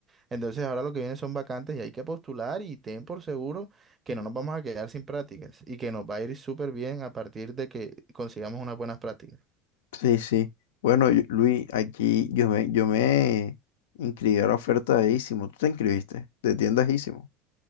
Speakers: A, on the right; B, on the left.
A: Entonces, ahora lo que viene son vacantes y hay que postular y ten por seguro que no nos vamos a quedar sin prácticas y que nos va a ir súper bien a partir de que consigamos unas buenas prácticas.
B: Sí, sí. Bueno, yo- Luis, aquí yo me, yo me inscribí a la oferta de Isimo. ¿Tú te inscribiste? De tiendas Isimo.